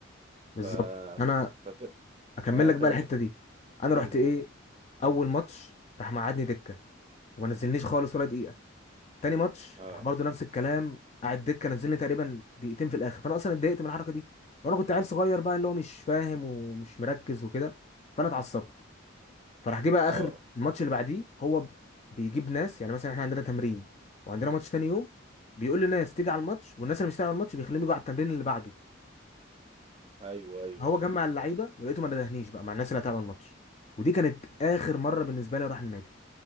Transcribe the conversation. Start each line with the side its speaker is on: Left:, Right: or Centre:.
Left: بالظبط
Right: ف...
Left: انا
Right: فف...
Left: اكمل
Right: اه
Left: لك
Right: كمل
Left: بقى الحته
Right: قول
Left: دي انا
Right: قول
Left: رحت
Right: قول
Left: ايه اول ماتش راح مقعدني دكه وما نزلنيش خالص ولا دقيقه تاني ماتش
Right: اه
Left: راح برضه نفس الكلام قعد دكه نزلني تقريبا دقيقتين في الاخر فانا اصلا اتضايقت من الحركه دي وانا كنت عيل صغير بقى اللي هو مش فاهم ومش مركز وكده فانا اتعصبت فراح جه بقى
Right: اه
Left: اخر الماتش اللي بعديه هو بيجيب ناس يعني مثلا احنا عندنا تمرين وعندنا ماتش تاني يوم بيقول للناس تيجي على الماتش والناس اللي مش هتيجي على الماتش بيخليهم يجوا على التمرين اللي بعده
Right: ايوه ايوه
Left: هو
Right: ايوه
Left: جمع اللعيبه ولقيته ما ندهنيش بقى مع الناس اللي هتلعب الماتش ودي كانت اخر مره بالنسبه لي اروح النادي